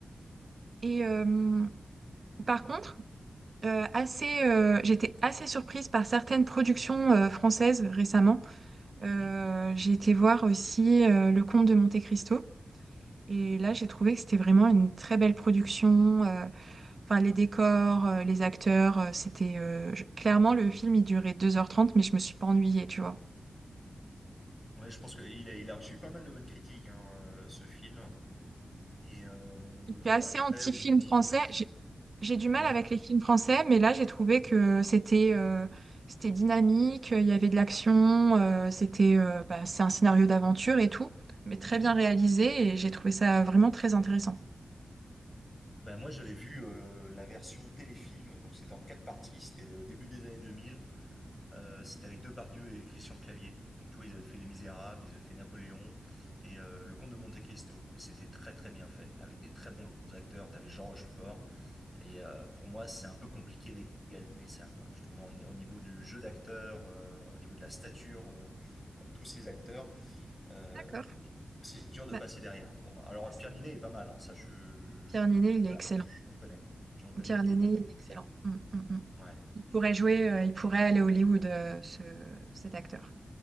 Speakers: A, on the right; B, on the left.
A: Et euh, par contre, euh, assez, euh, j'étais assez surprise par certaines productions euh, françaises récemment. Euh,
B: Mhm.
A: j'ai été voir aussi euh, Le Comte de Monte-Cristo. Et là, j'ai trouvé que c'était vraiment une très belle production. euh, Enfin, les décors, euh, les acteurs, euh, c'était... euh, je- Clairement, le film, il durait deux heures trente, mais je me suis pas ennuyée, tu vois.
B: Ouais, je pense que il a il a reçu pas mal de bonnes critiques hein, euh, ce film. Et euh,
A: Je suis assez
B: après,
A: anti-film
B: bon,
A: français.
B: je-
A: J'ai j'ai du mal
B: ouais.
A: avec les films français, mais là, j'ai trouvé que c'était euh, c'était dynamique, il y avait de l'action, euh, c'était euh, bah, c'est un scénario d'aventure et tout, mais très
B: Mhm.
A: bien réalisé, et j'ai trouvé ça vraiment très intéressant.
B: Bah, moi, j'avais vu euh, la version téléfilm, donc c'était en quatre parties, c'était au début des années 2000. Euh, c'était avec Depardieu et Christian Clavier. Donc, tu vois, ils avaient fait Les Misérables, ils avaient fait Napoléon et euh, Le Comte de Monte-Cristo. Et c'était très, très bien fait, avec des très bons acteurs. T'avais Jean Rochefort. Et euh, pour moi, c'est un peu compliqué d'égaler ça, quoi. Je trouve en- au niveau du jeu d'acteur, euh, au niveau de la stature euh, qu'ont tous ces acteurs. Euh,
A: D'accord.
B: c'est dur de
A: Bah,
B: passer derrière pour moi. Alors,
A: c'est-
B: Pierre Ninet est pas mal, hein, ça je,
A: Pierre Ninet,
B: je-
A: il
B: voilà,
A: est excellent.
B: je reconnais. Je reconnais
A: Pierre
B: qu'il
A: Niney,
B: est bon.
A: il est excellent. Mm, mm, mm.
B: Ouais,
A: Il pourrait jouer,
B: mais
A: euh, il pourrait aller à Hollywood, euh, ce- cet acteur.